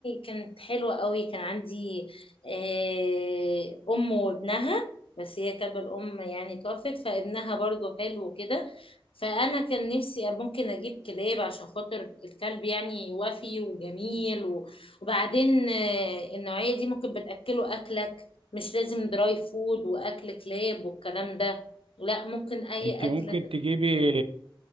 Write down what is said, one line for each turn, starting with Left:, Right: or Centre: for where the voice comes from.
Left: كانت حلوة قوي كان عندي آه، أم وابنها بس هي كلب الأم يعني توفت فابنها برضو حلو كده فأنا كان نفسي ممكن أجيب كلاب عشان خاطر الكلب يعني وفي وجميل و- وبعدين آه، النوعية دي ممكن بتأكله أكلك مش لازم دراي فود وأكل كلاب والكلام ده لا ممكن أي
Right: انت
Left: أكل
Right: ممكن تجيبي